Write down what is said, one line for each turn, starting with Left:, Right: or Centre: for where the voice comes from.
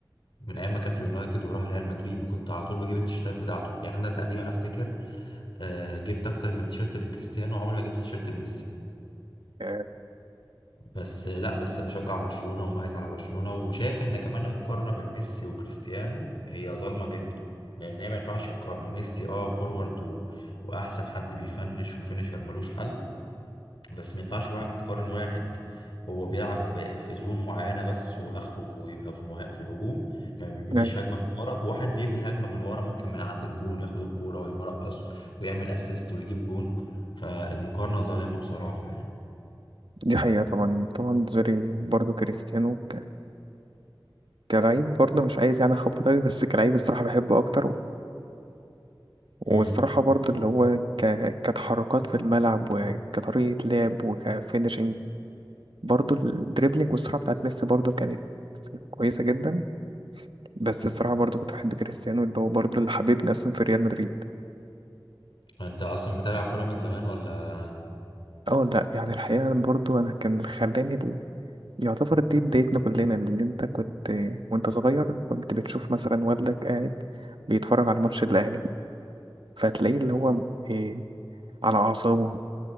Left: من ايام ما كان في اليونايتد وراح ريال مدريد وكنت على طول بجيب التيشيرتات بتاعته يعني انا تقريبا افتكر آه، جبت اكتر من تيشيرت لكريستيانو عمري ما جبت تيشيرت لميسي
Right: آه،
Left: بس لا بس بشجع برشلونة وميت على برشلونة وشايف ان كمان المقارنة بين ميسي وكريستيانو هي ظالمة جدا لان هي ما ينفعش يقارنوا ميسي اه فورورد و... واحسن حد بيفنش وفينشر ملوش حل بس ما ينفعش واحد تقارن واحد هو بيلعب في في زون معينة بس واخره يبقى في مه... في الهجوم ما بيبنيش
Right: أيوة،
Left: هجمة من ورا بواحد بيبني هجمة من ورا ممكن من عند الجون ياخد الكورة ويمرقص ويعمل اسيست ويجيب جون فالمقارنة ظالمة بصراحة
Right: دي حقيقة طبعا طبعا زوري برضه كريستيانو ك- كلاعب برضه مش عايز يعني أخبط أوي بس كلاعب الصراحة بحبه أكتر والصراحة
Left: يعني
Right: برضه اللي هو ك... كتحركات في الملعب وكطريقة لعب وكفينشنج برضو الدريبلينج والسرعة بتاعت ميسي برضو كانت كويسة جدا بس الصراحة برضو كنت بحب كريستيانو اللي هو برضو اللي حبيبني أصلا في ريال مدريد
Left: انت اصلا بتابع كوره من زمان ولا
Right: اه لا يعني الحقيقة برضو أنا كان اللي خلاني ال- يعتبر دي بدايتنا كلنا اللي انت كنت وانت صغير كنت بتشوف مثلا والدك قاعد بيتفرج على ماتش الأهلي فتلاقيه اللي هو إيه على أعصابه